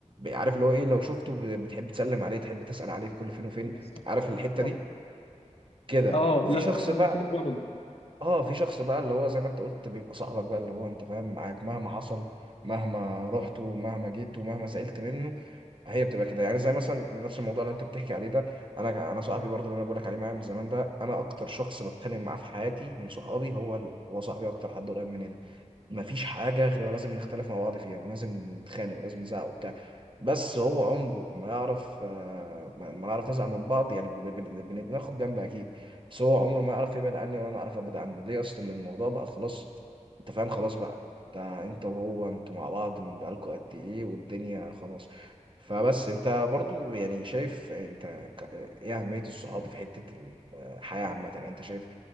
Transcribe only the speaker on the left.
بس صح
صح
اه
لا
انا كده برضه